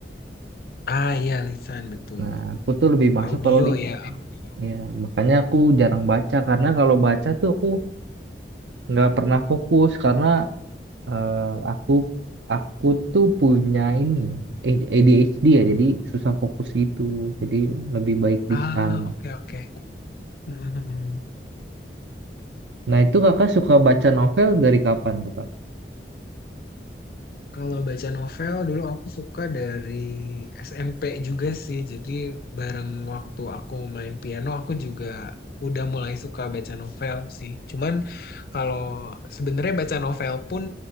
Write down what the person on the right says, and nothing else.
Nah, aku tuh lebih masuk
kalau lisan.
Ya, makanya aku jarang baca karena kalau baca tuh aku nggak pernah fokus karena eh, aku aku tuh punya ini ADHD ya, jadi susah fokus gitu. Jadi lebih baik lisan.
Nah, itu Kakak suka baca novel dari kapan tuh, Kak?